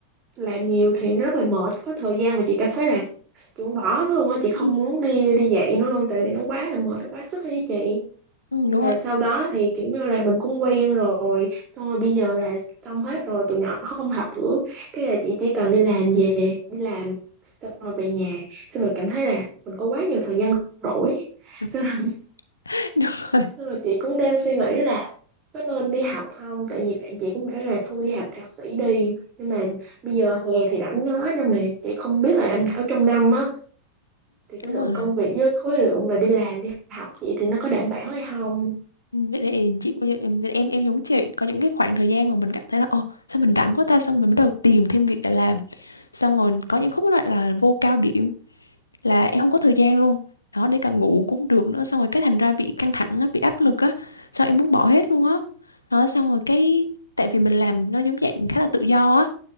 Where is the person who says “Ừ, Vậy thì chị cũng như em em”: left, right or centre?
Left